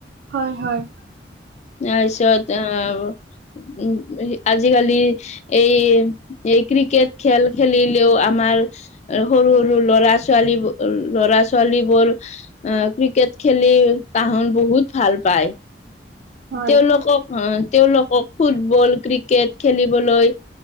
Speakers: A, on the right; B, on the left.
A: হয় হয়
B: তাৰপিছত আ উম আজিকালি এই এই ক্ৰিকেট খেল খেলিলেও আমাৰ সৰু সৰু ল'ৰা ছোৱালী ল'ৰা -ছোৱালীবোৰ আ ক্ৰিকেট খেলি তাহন বহুত ভাল পায়।
A: হয়
B: তেওঁলোকক তেওঁলোকক ফুটবল ক্ৰিকেট খেলিবলৈ